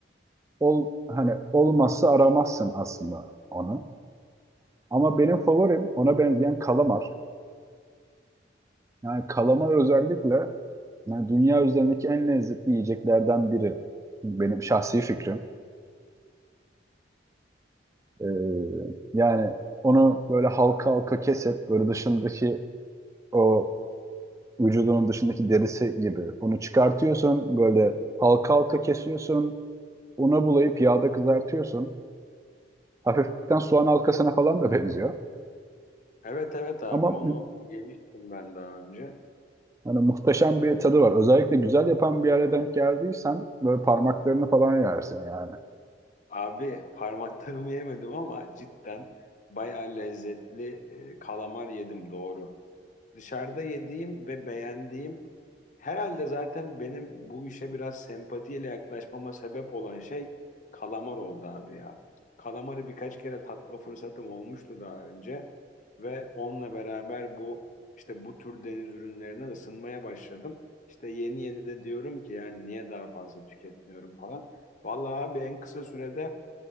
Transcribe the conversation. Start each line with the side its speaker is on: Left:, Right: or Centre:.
Right: ol hani olmazsa aramazsın aslında onu. Ama benim favorim ona benzeyen kalamar. Yani kalamar özellikle yani dünya üzerindeki en lezzetli yiyeceklerden biri. Benim şahsi fikrim. Ee, yani onu böyle halka halka kesip böyle dışındaki o vücudunun dışındaki derisi gibi onu çıkartıyorsun böyle halka halka kesiyorsun una bulayıp yağda kızartıyorsun. Hafiften soğan halkasına falan da benziyor.
Left: Evet evet abi
Right: Ama
Left: onu yemiştim ben daha önce.
Right: Hani muhteşem bir tadı var. Özellikle güzel yapan bir yere denk geldiysen böyle parmaklarını falan yersin yani.
Left: Abi parmaklarımı yemedim ama cidden bayağı lezzetli e, kalamar yedim doğru. Dışarıda yediğim ve beğendiğim Herhalde zaten benim bu işe biraz sempatiyle yaklaşmama sebep olan şey kalamar oldu abi ya. Kalamarı birkaç kere tatma fırsatım olmuştu daha önce ve onunla beraber bu işte bu tür deniz ürünlerine ısınmaya başladım. İşte yeni yeni de diyorum ki yani niye daha fazla tüketmiyorum falan. Vallahi abi en kısa sürede